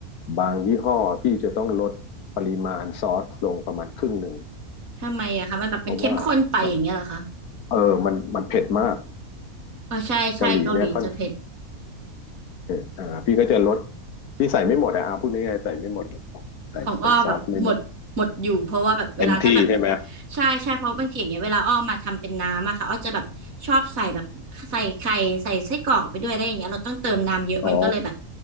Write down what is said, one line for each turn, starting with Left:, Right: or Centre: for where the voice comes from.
Left: บางยี่ห้อพี่จะต้องลดปริมาณซอสลงประมาณครึ่งหนึ่ง
Right: ทำไมอะคะมันแบบมันเข้มข้นไปอย่างเงี้ยเหรอคะ
Left: เพราะว่ามันเออมันมันเผ็ดมาก
Right: อ๋อใช่ใช่เกาหลีจะเผ็ด
Left: เกาหลีเนี่ยค่อนเผ็ดอ่าพี่ก็จะลดพี่ใส่ไม่หมดอะอาพูดง่ายๆใส่ไม่หมดใส่ใส่ซอสไม่หมด
Right: ของอ้อแบบหมดหมดอยู่เพราะว่าแบบเวลาถ้าแบบ
Left: เต็มที่ใช่ไหม
Right: ใช่ใช่เพราะบางทีอย่างเงี้ยเวลาอ้อมาทำเป็นน้ำอะค่ะอ้อจะแบบชอบใส่แบบใส่ไข่ใส่ไส้กรอกไปด้วยได้อย่างเงี้ยเราต้องเติมน้ำเยอะมันก็เลยแบบ
Left: อ๋อ